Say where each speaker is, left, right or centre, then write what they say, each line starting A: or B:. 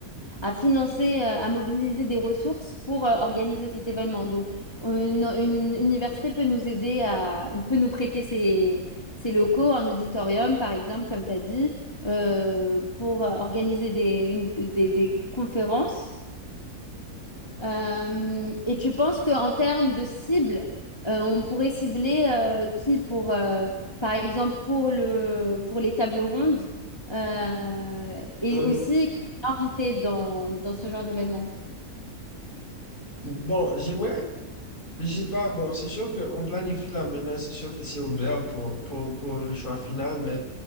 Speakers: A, on the left; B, on the left.
A: à financer, euh, à mobiliser des ressources pour euh, organiser cet événement. Donc, on- une, une université peut nous aider à, peut nous prêter ses, ses locaux, un auditorium, par exemple, comme tu as dit, euh, pour euh, organiser des, une- des, des conférences. Euh, et tu penses qu'en termes de cible, euh, on pourrait cibler euh, qui pour, euh, par exemple, pour le, pour les tables rondes, euh, et
B: Euh,
A: aussi qui est invité dans, dans ce genre d'événement?
B: bon, j'aimerais, je sais pas, bon, c'est sûr qu'on planifie là maintenant, c'est sûr que c'est ouvert pour, pour, pour le choix final, mais